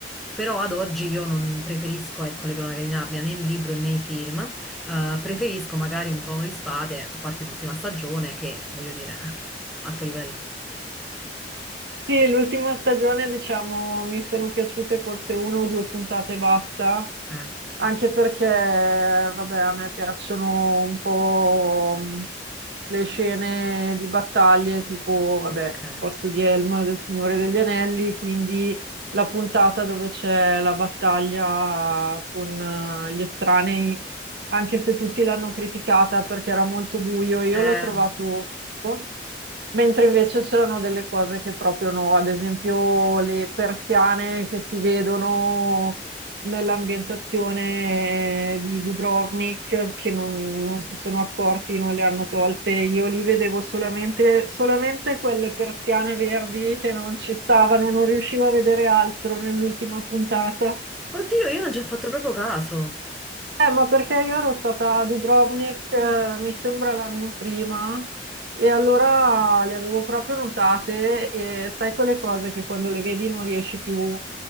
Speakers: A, in the centre; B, on the right (about 65°).
A: Però ad oggi io non preferisco, ecco, le cronache di Narnia né il libro né i film. Eh, preferisco magari un Trono di Spade, a parte l'ultima stagione, che voglio dire, <laughs> alto livello.
B: Sì, l'ultima stagione, diciamo, mi sono piaciute forse una o due puntate e basta,
A: Eh,
B: anche
A: esatto.
B: perché, vabbè, a me piacciono un po' mh, le scene di battaglie, tipo, vabbè,
A: Ok.
B: posto di Helm del Signore degli Anelli, quindi la puntata dove c'è la battaglia con eh, gli estranei anche se tutti l'hanno criticata perché era molto buio, io
A: Eh,
B: l'ho trovato figo. Mentre invece c'erano delle cose che proprio no, ad esempio le persiane che si vedono nell'ambientazione di Dubrovnik, che non, non si sono accorti, non le hanno tolte. Io lì vedevo solamente, solamente quelle persiane verdi che non ci stavano, non riuscivo a vedere altro nell'ultima puntata.
A: oddio, io non ci ho fatto proprio caso.
B: Eh, ma perché io ero stata a Dubrovnik, eh, mi sembra l'anno prima, e allora le avevo proprio notate e sai quelle cose che quando le vedi non riesci più